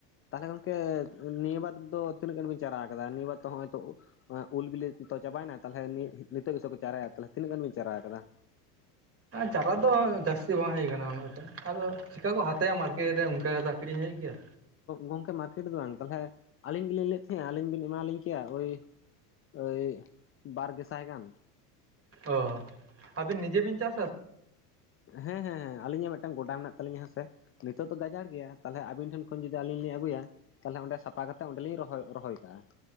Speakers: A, on the left; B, on the right.
A: ᱛᱟᱦᱟᱞᱮ ᱜᱚᱝᱠᱮ ᱱᱤᱭᱟᱹ ᱵᱟᱨ ᱫᱚ ᱛᱤᱱᱟᱹᱜ ᱜᱟᱱ ᱵᱤᱱ ᱪᱟᱨᱟᱣ ᱠᱟᱫᱟ? ᱱᱤᱭᱟᱹ ᱵᱟᱨ ᱫᱚ ᱦᱚᱸᱚᱭᱛᱚ ᱚᱱᱟ ᱩᱞ ᱵᱤᱞᱤ ᱛᱚ ᱪᱟᱵᱟᱭᱮᱱᱟ ᱛᱟᱦᱚᱞᱮ ᱱᱤᱛᱚᱜ ᱜᱮᱥᱚ ᱠᱚ ᱪᱟᱨᱮᱟᱭ ᱛᱟᱦᱚᱞᱮ ᱛᱤᱱᱟᱹᱜ ᱜᱟᱱ ᱵᱤᱱ ᱪᱟᱨᱟ ᱟᱠᱟᱫᱟ?
B: ᱪᱟᱵᱟ ᱫᱚ ᱡᱟᱹᱥᱛᱤ ᱵᱟᱝ ᱦᱩᱭ ᱟᱠᱟᱱᱟ ᱩᱱᱟᱹᱜᱫᱚ ᱟᱫᱚ ᱪᱤᱠᱟ ᱠᱚ ᱦᱟᱛᱟᱭᱟ ᱢᱟᱨᱠᱮᱴ ᱨᱮ ᱚᱱᱠᱟᱛ ᱟᱠᱠᱷ <unintelligible> ᱤᱧ ᱦᱮᱡ ᱜᱮᱭᱟ
A: ᱜᱚᱝᱠᱮ ᱢᱟᱨᱠᱮᱴ ᱫᱚ ᱵᱟᱝ ᱛᱟᱦᱚᱞᱮ ᱟᱹᱞᱤᱧ ᱜᱮᱞᱤᱧ ᱞᱮᱫ ᱛᱟᱦᱮᱸᱱᱟ ᱟᱹᱞᱤᱧ ᱵᱤᱱ ᱮᱢᱟ ᱟᱹᱞᱤᱧ ᱠᱮᱭᱟ ᱚᱭᱼᱼ ᱟ. ᱭ ᱵᱟᱨ ᱜᱮᱥᱟᱭ ᱜᱟᱱ?
B: ᱚ ᱟᱹᱵᱤᱱ ᱱᱤᱡᱮ ᱵᱤᱱ ᱪᱟᱥᱟ?
A: ᱦᱮᱸ ᱦᱮᱸ ᱦᱮᱸ, ᱟᱹᱞᱤᱧᱟᱜ ᱢᱤᱫᱴᱟᱝ ᱜᱚᱰᱟ ᱢᱮᱱᱟᱜ ᱛᱟᱹᱞᱤᱧᱟ ᱥᱮ ᱾ ᱱᱤᱛᱚᱜ ᱫᱚ ᱜᱟᱡᱟᱲ ᱜᱮᱭᱟ ᱛᱟᱦᱚᱞᱮ ᱟᱹᱵᱤᱱ ᱴᱷᱮᱱ ᱠᱷᱚᱱ ᱡᱩᱫᱤ ᱟᱹᱞᱤᱧ ᱞᱤᱧ ᱟᱹᱜᱩᱭᱟ, ᱛᱟᱦᱚᱞᱮ ᱚᱸᱰᱮ ᱥᱟᱯᱷᱟ ᱠᱟᱛᱮᱜ ᱚᱸᱰᱮ ᱞᱤᱧ ᱨᱚᱦᱚᱭ ᱨᱚᱦᱚᱭ ᱠᱟᱜᱼᱟ ᱾